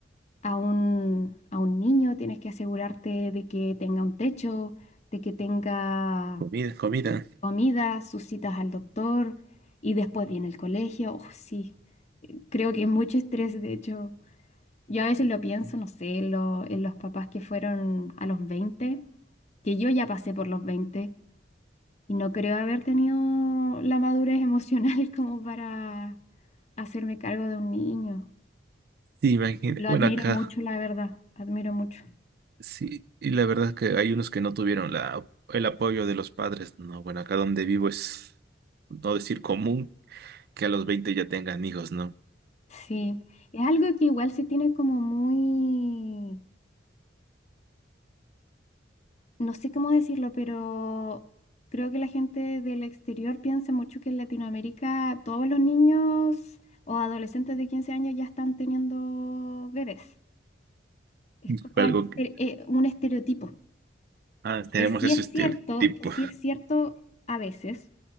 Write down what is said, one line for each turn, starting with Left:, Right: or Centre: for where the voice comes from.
Left: a un, a un niño, tienes que asegurarte de que tenga un techo, de que tenga
Right: Comida, comida.
Left: comida, sus citas al doctor y después viene el colegio. Oh, sí, eh, creo que es mucho estrés, de hecho. Yo a veces lo pienso, no sé, en, lo- en los papás que fueron a los veinte que yo ya pasé por los 20 y no creo haber tenido la madurez emocional <laughs> como para hacerme cargo de un niño.
Right: Sí, imagínate.
Left: Lo
Right: Bueno,
Left: admiro
Right: acá.
Left: mucho, la verdad, admiro mucho.
Right: Sí, y la verdad es que hay unos que no tuvieron la, el apoyo de los padres. No, bueno, acá donde vivo es, no decir común, que a los 20 ya tengan hijos, ¿no?
Left: Sí, es algo que igual se tiene como muy, no sé cómo decirlo, pero creo que la gente del exterior piensa mucho que en Latinoamérica todos los niños o adolescentes de 15 años ya están teniendo bebés. Es
Right: Y
Left: como
Right: fue Algo
Left: algo, estere-
Right: que,
Left: eh, un estereotipo,
Right: ah, tenemos
Left: que sí
Right: ese
Left: es
Right: estereotipo.
Left: cierto, que sí es cierto a veces,